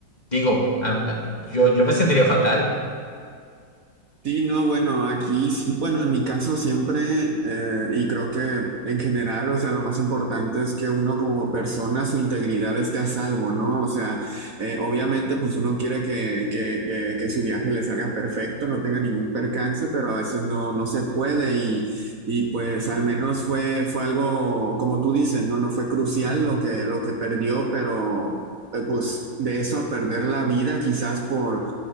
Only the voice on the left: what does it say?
Digo, a- a- yo, yo me sentiría fatal.
Ujú,